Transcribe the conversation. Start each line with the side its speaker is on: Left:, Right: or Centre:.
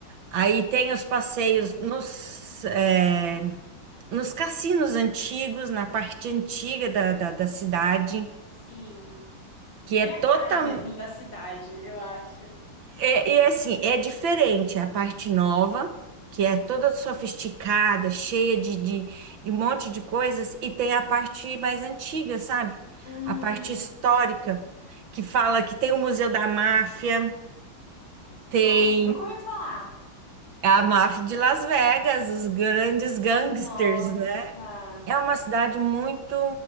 Right: Aí tem os passeios
Left: Olha,
Right: nos,
Left: que legal.
Right: é, nos cassinos antigos, na parte antiga da, da, da cidade,
Left: Sim, bem
Right: que é
Left: a cara
Right: total.
Left: mesmo da cidade, eu acho.
Right: É, e é assim, é diferente a parte nova, que é toda sofisticada, cheia de, de, de um monte de coisas, e tem a parte mais antiga, sabe?
Left: Hum,
Right: A parte histórica, que fala que tem o Museu da Máfia, tem
Left: nossa, nunca ouvi falar.
Right: a máfia de Las Vegas, os grandes gangsters,
Left: Nossa,
Right: né? É uma cidade muito,